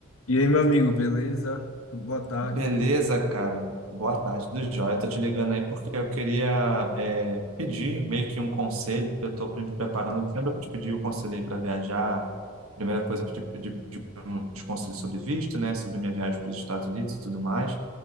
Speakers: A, on the left (about 80°); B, on the right (about 85°).
A: E aí, meu amigo, beleza? Tu- Boa tarde,
B: Beleza,
A: tudo bem?
B: cara. Boa tarde, do Joia. Tô te ligando aí porque eu queria é, pedir meio que um conselho. Eu tô me preparando. Lembra que eu te pedi o conselho aí para viajar? Primeira coisa, eu te pedi de uns conselhos sobre visto, né? Sobre minha viagem para os Estados Unidos e tudo mais.